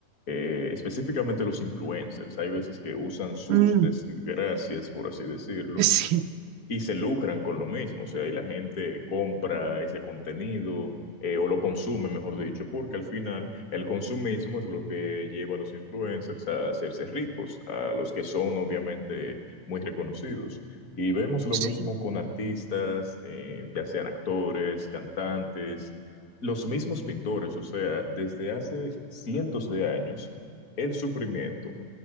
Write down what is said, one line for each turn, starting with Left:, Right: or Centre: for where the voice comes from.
Left: eh, específicamente los influencers, hay veces que usan sus
Right: Mm,
Left: desgracias, por así decirlo,
Right: <laughs> sí,
Left: y se lucran con lo mismo, o sea, y la gente compra ese contenido eh, o lo consume, mejor dicho, porque al final el consumismo es lo que lleva a los influencers a hacerse ricos, a los que son obviamente muy reconocidos. Y vemos lo
Right: sí,
Left: mismo con artistas, eh, ya sean actores, cantantes, los mismos pintores, o sea, desde hace cientos de años, el sufrimiento.